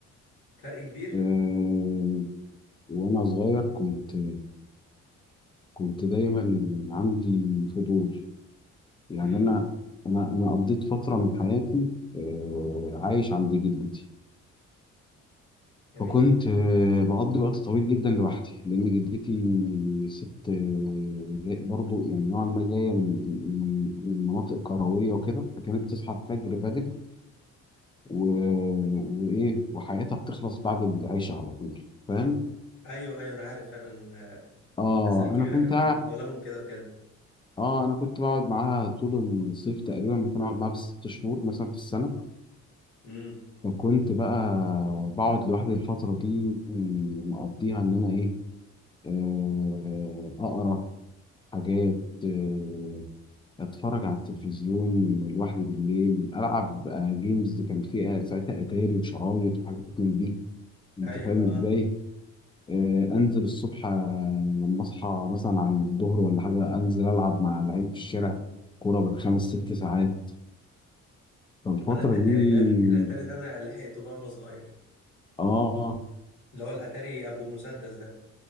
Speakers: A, on the left; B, on the left.
A: فرق كبير
B: آه، وانا صغير كنت كنت دايما عندي فضول يعني
A: امم
B: انا انا انا قضيت فتره من حياتي آه، عايش عند جدتي
A: جميل
B: فكنت آه، بقضي وقت طويل جدا لوحدي لان جدتي ست آه، جاي- برضو يعني نوعا ما جايه من من من مناطق كرويه وكده فكانت بتصحى الفجر بدري و... وايه وحياتها بتخلص بعد العشاء على طول فاهم
A: ايوه ايوه انا عارف فعلا آه،
B: اه
A: الناس الكبيره
B: انا كنت
A: كانوا كلهم اغلبهم كده بجد
B: اه انا كنت بقعد معاها طول الصيف تقريبا ممكن اقعد معاها بست شهور مثلا في السنه
A: امم
B: وكنت بقى بقعد لوحدي الفتره دي مقضيها ان انا ايه آه، اقرا حاجات آه، اتفرج على التلفزيون لوحدي بالليل العب آه، جيمز كان فيها ساعتها اتاري وشرايط وحاجات من دي انت
A: ايوه
B: فاهم ازاي
A: اه
B: آه، انزل الصبح آه، لما اصحى مثلا على الظهر ولا حاجه انزل العب مع العيال في الشارع كوره بالخمس ست ساعات فالفترة
A: انا الاتاري
B: دي
A: ده الاتاري ده انا لحقته بقى وانا صغير
B: اه
A: اللي هو الاتاري ابو مسدس ده